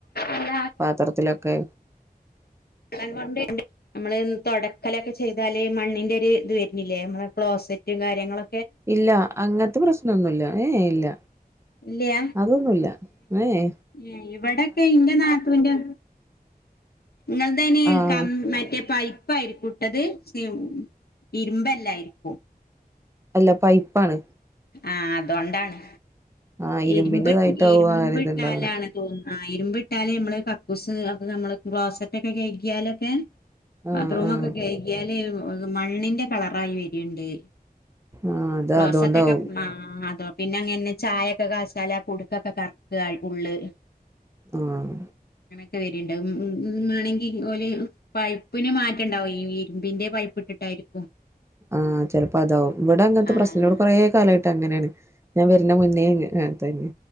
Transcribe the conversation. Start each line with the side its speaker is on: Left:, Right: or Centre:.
Left: അല്ല
Right: പാത്രത്തിലൊക്കെ
Left: <unintelligible> അമ്മള് ൻ തൊടക്കലൊക്കെ ചെയ്താല് മണ്ണിൻ്റൊര് ഇത് വെര്നില്ലേ നമ്മളെ ക്ലോസറ്റും കാര്യങ്ങളൊ
Right: ഇല്ല അങ്ങൻത്തെ പ്രശ്നൊന്നുല്ല എ ഏഹ് ഇല്ല.
Left: ഇല്ല്യ
Right: അതൊന്നുല്ല എ ഏ.
Left: ഏ ഇവടൊക്കെ ഇന്റെ നാത്തൂന്റെ. ഇങ്ങൾതയ്ന്
Right: ആഹ്
Left: കം മറ്റേ പൈ പ്പായിരിക്കുട്ടത് ഷിം ഇരുമ്പല്ലായിരിക്കും.
Right: അല്ല പൈപ്പാണ്.
Left: ആഹ് അതൊണ്ടാണ്
Right: ആഹ് ഇരുമ്പിന്റെതായിട്ടാവും
Left: ഇര്മ്പ് ഇര്മ്പ്
Right: ആ ഒരിതുണ്ടാവണേ
Left: ട്ടാലാണ് തോന്ന് ആ ഇരുമ്പ് ട്ടാല് മ്മള് കക്കൂസ് അഒക്കെ അമ്മള് ക്ലോസറ്റൊക്കെ കെയ്കിയാലൊക്കെ.
Right: ആഹ്
Left: ബാത്ത്റൂമൊക്കെ
Right: ആഹ്
Left: കെയ്ക്യാല് മണ്ണിന്റെ കളറായി വെരിണ്ട്.
Right: ആഹ് അത്
Left: ക്ലോസറ്റൊക്കെ
Right: അതോണ്ടാവും
Left: മാ തോ. പിന്നെ അങ്ങൻന്നെ ചായൊക്കെ കാച്യാല് കുടുക്കൊക്കെ കർക്കാ ഉള്ള്.
Right: ആഹ്.
Left: ക്കെ വര്ണ്ട് ഉം ഉം ഉം മാണെങ്കി ഓല് പൈപ്പിന് മാറ്റണ്ടാവും ഈ ഇരുമ്പിന്റെ പൈപ്പ് ഇട്ടിട്ട രിക്കും.
Right: ആഹ് ചെലപ്പോ അതാവും ഇവടെ അങ്ങൻത്തെ
Left: ആഹ്
Right: പ്രശ്നല്ല വ്ടെ കൊറേ കാലായിട്ട് അങ്ങനേണ്. ഞാൻ വര്നെ മുന്നേ ഹ് അതെന്നെ.